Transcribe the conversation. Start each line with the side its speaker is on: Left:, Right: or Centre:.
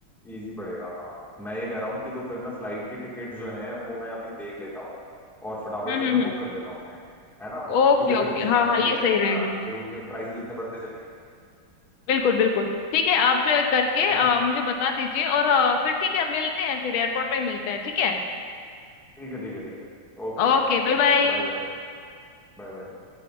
Centre: इजी पड़ेगा हाँ मैं ये कह रहा हूँ कि तो फिर मैं फ्लाइट की टिकट जो है वो मैं अभी देख लेता हूँ और फटाफट
Left: हम्म
Centre: फिर
Left: हम्म
Centre: मैं
Left: हम्म
Centre: बुक कर देता हूँ उन्हें है ना
Left: ओके
Centre: क्योंकि फिर
Left: ओके
Centre: जितना
Left: हाँ
Centre: हम
Left: हाँ
Centre: लेट
Left: ये सही
Centre: करेंगे
Left: रहेगा
Centre: ना फिर उनके प्राइसेस उतने बढ़ते चले जाएंगे
Left: बिल्कुल बिल्कुल ठीक है आप जो है करके
Centre: है
Left: अ,
Centre: ना
Left: मुझे बता दीजिए और अ, फिर ठीक है मिलते हैं फिर एयरपोर्ट पे मिलते हैं ठीक है
Centre: ठीक है ठीक है ठीक है ठीक okay
Left: Okay
Centre: okay okay
Left: bye bye
Centre: Bye bye Bye bye